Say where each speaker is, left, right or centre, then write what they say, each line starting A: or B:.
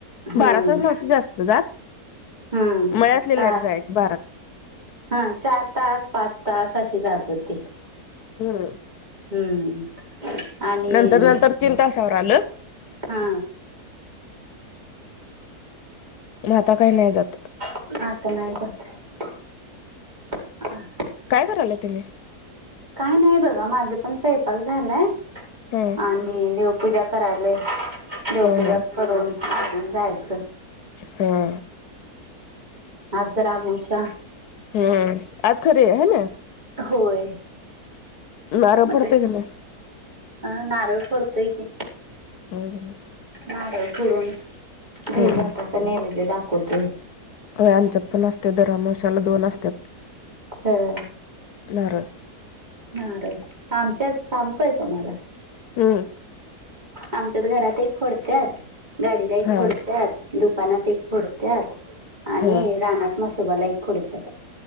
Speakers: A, on the right; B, on the left.
A: हम्म.
B: बारा तास नव्हत जास्त जात
A: हम्म
B: मळ्यातली
A: तास
B: लाईट जायची बारात
A: हा चार तास पाच तास अशी जात होती.
B: हम्म.
A: हम्म. आणि
B: नंतर- नंतर तीन तासावर आलं.
A: हा
B: म आता काही नाही जात.
A: आता नाही जात हम्म.
B: काय करलेत तुम्ही?
A: काय नाही बघा माझं पण स्वयंपाक झालंय
B: हा
A: आणि देवपूजा करायला देवपूजा
B: हा हा
A: करून घरून जायचं.
B: हा
A: आज तर अमावश्या
B: हम्म आज खरी आहे ह नी
A: होय
B: नारळ
A: मग
B: पडतोय
A: ते
B: का नाही
A: अ नारळ फोडतोय की
B: हम
A: नारळ फोडून दही
B: हम्म
A: भाताच नैवेद्य दाखवतोय.
B: हो आमच्यात पण असते, दर अमावशाला दोन असत्यात.
A: हम्म
B: नारळ
A: नारळ आमच्यात <inaudible> काय तुम्हाला
B: हम्म
A: आमच्यात घरात एक फोडत्यात गाडीला एक
B: हा
A: फोडत्यात, दुकानात एक फोडत्यात आणि
B: हा
A: रानात पण म्हसोबाला एक फोडत्यात